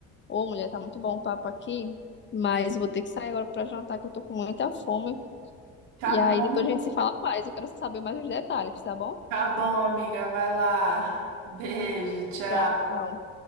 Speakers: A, on the left; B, on the right.
A: Ô, mulher, tá muito bom o papo aqui. Mas vou ter que sair agora pra jantar, que eu tô com muita fome.
B: Tá
A: E
B: bom,
A: aí depois a gente se fala mais. Eu quero saber mais os detalhes, tá bom?
B: tá bom, amiga. Vai lá. Beijo, tchau.
A: Tchau.